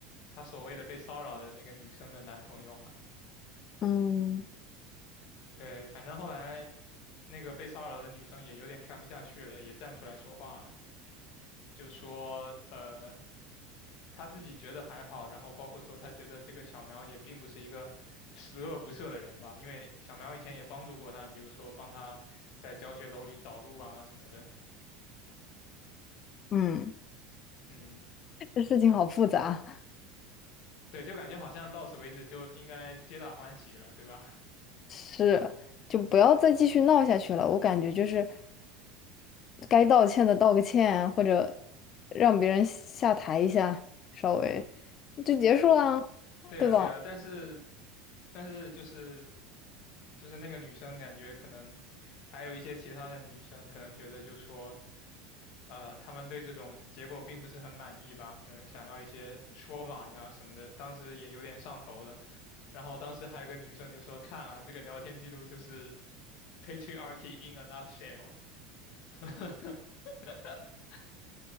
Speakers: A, on the left; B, on the left.
A: 他所谓的被骚扰的那个女生的男朋友嘛。
B: 嗯，
A: 对，反正后来那个被骚扰的女生也有点看不下去了，也站出来说话了，就说呃。他自己觉得还好，然后包括说他觉得这个小苗也并不是一个十恶不赦的人吧，因为小苗以前也帮助过他，比如说帮他在教学楼里找路啊什么的。
B: 嗯，
A: 嗯，
B: 这事情好复杂，
A: 对，就感觉好像到此为止就应该皆大欢喜了，对吧？
B: 是，就不要再继续闹下去了。我感觉就是。该道歉的道个歉啊，或者让别人下台一下，稍微就结束啦，
A: 对呀，
B: 对吧？
A: 对呀，但是，但是就是就是那个女生感觉可能还有一些其他的女生可能觉得就说，呃，她们对这种结果并不是很满意吧，可能想要一些说法呀什么的，当时也有点上头了。然后当时还有个女生就说，看啊，这个聊天记录就是 patriarchy in a nutshell，<laughs>